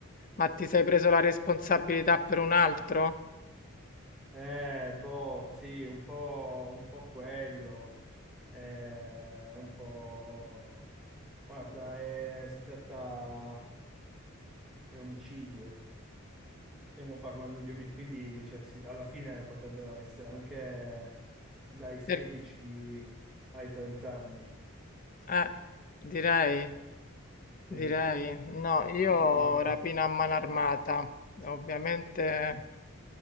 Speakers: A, on the left; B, in the centre.
A: ma ti sei preso la responsabilità per un altro?
B: Eh, boh, sì, un po', un po' quello. eh, un po'... Guarda, è- si tratta... è omicidio. Stiamo parlando di omicidi, quindi cioè, sì, alla fine potrebbero essere anche dai 16
A: Per-
B: ai 30 anni.
A: Eh, direi,
B: Sì.
A: direi. No, io
B: Quindi,
A: rapina a mano armata. Ovviamente